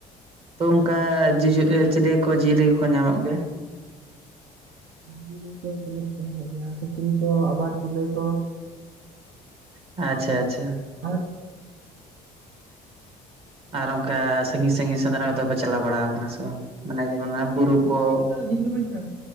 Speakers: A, on the right (about 40°); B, on the right (about 65°).
A: ᱛᱚ ᱚᱱᱠᱟ ᱡᱩ ᱪᱤᱞᱮ ᱠᱚ ᱡᱤᱭᱟᱹᱞᱤ ᱠᱚᱠᱚ ᱧᱟᱢᱚᱜ ᱜᱮᱭᱟ?
B: ᱡᱤᱭᱟᱹᱞᱤ ᱠᱚ ᱧᱟᱢᱚᱜ ᱜᱮᱭᱟ᱾ᱥᱩᱠᱨᱤ ᱠᱚ, ᱟᱵᱟᱨ ᱠᱩᱞᱟᱹᱭ ᱠᱚ,
A: ᱟᱪᱪᱷᱟ ᱟᱪᱪᱷᱟ
B: ᱟᱨ
A: ᱟᱨ ᱚᱱᱠᱟ ᱥᱟᱺᱜᱤᱧ ᱥᱟᱜᱤᱧ ᱥᱮᱸᱫᱽᱨᱟ ᱠᱚᱫᱚ ᱯᱮ ᱪᱟᱞᱟᱣ ᱵᱟᱲᱟ ᱟᱠᱟᱱᱟ ᱥᱮ ᱵᱟᱝ? ᱢᱟᱱᱮ ᱡᱮᱢᱚᱱ ᱵᱩᱨᱩ
B: ᱥᱟᱺᱤᱧ
A: ᱠᱚ
B: ᱥᱟᱺᱜᱤᱧ ᱫᱚ ᱤᱧ ᱫᱚ ᱵᱟᱹᱧ ᱛᱟᱦᱮᱸ